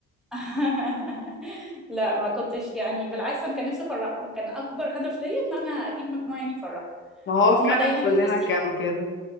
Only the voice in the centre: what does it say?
<laughs> لا ما كنتش يعني بالعكس انا كان نفسي افرحهم كان اكبر هدف ليا ان انا اجيب مجموعه يعني افرحهم
وهم
دايما
بصي